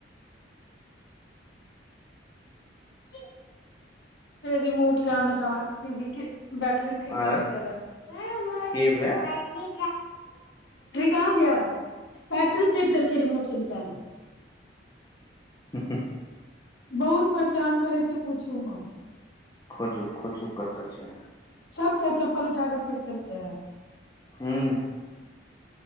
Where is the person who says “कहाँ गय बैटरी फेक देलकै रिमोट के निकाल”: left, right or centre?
Left